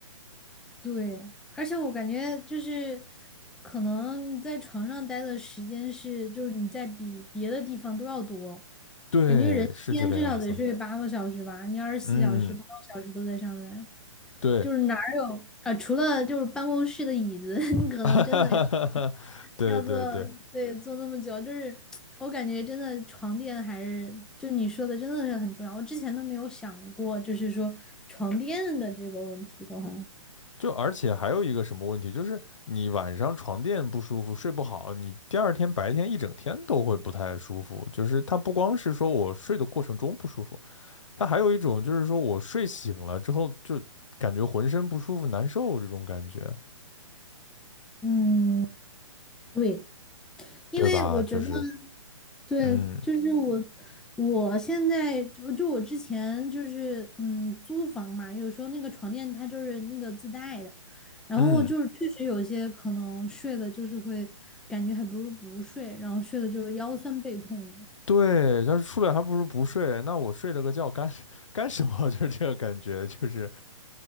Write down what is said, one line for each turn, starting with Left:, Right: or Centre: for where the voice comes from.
Centre: 对，而且我感觉就是可能你在床上待的时间是，就是你在比别的地方都要多，
Left: <laughs> 对，
Centre: 感觉人一天至对少得睡八个小时吧，
Left: 是这个样子。
Centre: 你二十四小时八个小时都在上面。
Left: 嗯，对，
Centre: 就是哪儿有啊、除了就是办公室的椅子，<laughs> 你可能真的要
Left: <laughs> 哈，对对对，
Centre: 要坐，对，坐那么久，就是我感觉真的床垫还是就你说的真的是很重要，我之前都没有想过，就是说床垫的这个问题的话，
Left: 就而且还有一个什么问题，就是你晚上床垫不舒服，睡不好，你第二天白天一整天都会不太舒服。就是它不光是说我睡的过程中不舒服，它还有一种就是说我睡醒了之后就感觉浑身不舒服、难受这种感觉，
Centre: 嗯，对，因为我觉得
Left: 对吧？就是，
Centre: 对，
Left: 嗯
Centre: 就是我。我现在就就我之前就是嗯租房嘛，有时候那个床垫它就是那个自带的，然后就是确实有些可能睡的，
Left: 嗯，
Centre: 就是会感觉还不如不睡，然后睡的就是腰酸背痛的。
Left: 对，但是出来还不如不睡，那我睡了个觉干 <laughs> 干什么？<laughs> 就是这个感觉，就是。